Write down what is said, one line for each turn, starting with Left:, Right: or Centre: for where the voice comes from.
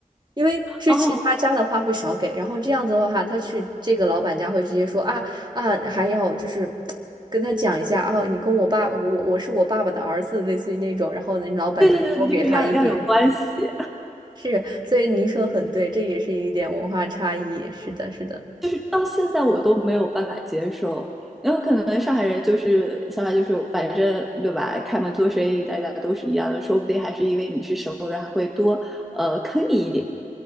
Right: 因为去其他家的话会少给，
Centre: 哦
Right: 然后这样子的话，他去这个老板家会直接说啊啊，还要就是跟他讲一下哦，你跟我爸，我我是我爸爸的儿子，类似于那种，然后人老板就会多给他一点。
Centre: 对对对，就是要要有关系，
Right: 是，所以您说的很对，这也是一点文化差异。是的，是的，
Centre: 就是到现在我都没有办法接受，因为可能上海人就是想法就是反正对吧？开门做生意大家都是一样的，说不定还是因为你是熟人，还会多呃坑你一点。